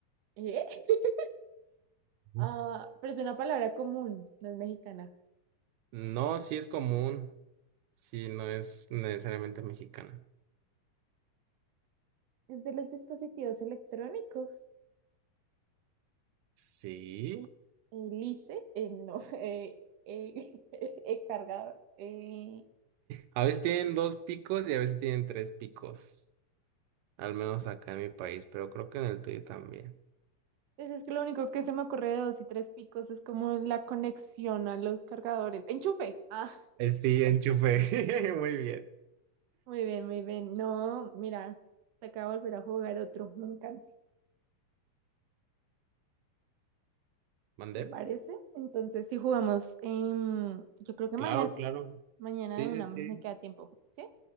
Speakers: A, on the right (about 60°); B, on the right (about 80°).
A: ¿Eh? <laughs>
B: Ujú.
A: Ah, pero es una palabra común, no es mexicana.
B: No, sí es común, sí, no es necesariamente mexicana.
A: Es de los dispositivos electrónicos.
B: Sí,
A: El ICE, eh, no, <laughs> eh, eh, <laughs> eh, cargador. Eh,
B: a veces tienen dos picos y a veces tienen tres picos, al menos acá en mi país, pero creo que en el tuyo también.
A: Pues es que lo único que se me ocurre de dos y tres picos es como la conexión a los cargadores. ¡Enchufe! Ah,
B: Eh, sí, enchufe, <laughs> muy bien.
A: muy bien, muy bien. No, mira, te acabo de volver a jugar otro. Me encanta.
B: ¿Mandé?
A: ¿Te parece? Entonces, si jugamos, em, yo creo que
B: Claro,
A: mañana,
B: claro.
A: mañana
B: Sí,
A: de una
B: sí, sí.
A: me queda tiempo. ¿Sí?